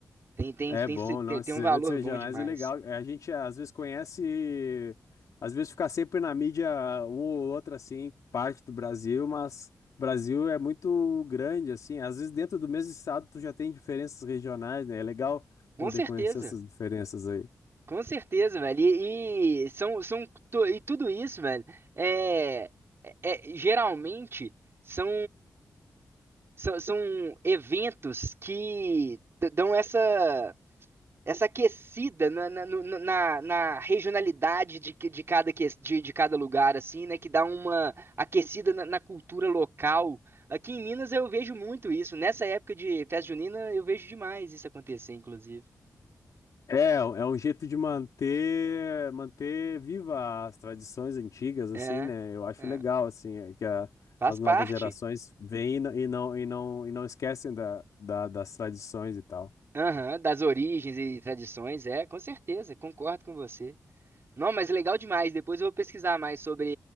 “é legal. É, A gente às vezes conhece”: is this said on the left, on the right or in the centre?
Left